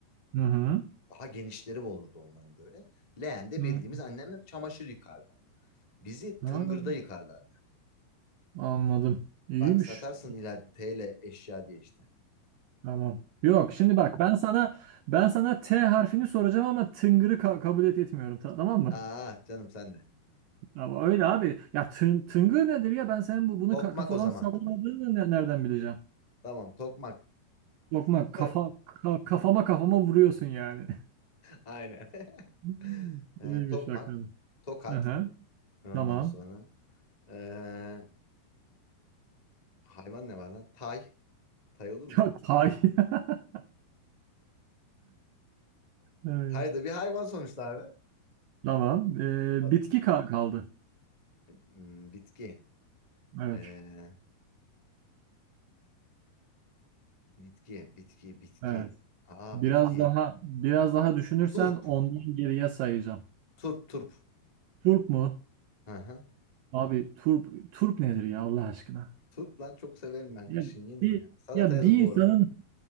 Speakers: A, on the right; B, on the left.
A: Hı hı.
B: Daha genişleri olurdu onların böyle. Leğende
A: Hı.
B: bildiğimiz annemle çamaşır yıkardı. Bizi
A: Ha,
B: tıngırda yıkardı anne.
A: anladım. İyiymiş.
B: Bak satarsın ileride TL eşya diye işte.
A: Tamam. Yok şimdi bak ben sana ben sana T harfini soracağım ama tıngırı ka- kabul et etmiyorum ta- tamam mı?
B: Aa canım sen de.
A: Ama öyle abi. Ya tın tıngır nedir ya? Ben senin bu bunu
B: Tokmak
A: ka- kafadan
B: o zaman.
A: sallamadığını ne- nereden bileceğim?
B: Tamam tokmak.
A: Lokma
B: <laughs>
A: kafa ka- kafama kafama vuruyorsun yani.
B: Aynen. <laughs>
A: <laughs>
B: Ee,
A: İyiymiş
B: tokmak.
A: bakalım.
B: Tokat.
A: Aha,
B: Ondan
A: tamam.
B: sonra. ee, hayvan ne var lan? Tay. Tay
A: <laughs>
B: olur mu?
A: Ya tay. <laughs> Evet.
B: Tay da bir hayvan sonuçta abi.
A: Tamam. Ee,
B: A-
A: bitki ka- kaldı.
B: Hmm, Bitki.
A: Evet.
B: Ee, bitki. Bitki. Bitki.
A: Evet.
B: Aa
A: Biraz
B: bitki.
A: daha biraz daha düşünürsen
B: Turp.
A: ondan geriye sayacağım.
B: Turp turp.
A: Turp mu?
B: Hı hı.
A: Abi turp turp nedir ya Allah aşkına?
B: Turp lan çok severim ben.
A: Ya
B: Kışın yenir
A: bir
B: yani. Salataya
A: ya bir
B: da doğranır.
A: insanın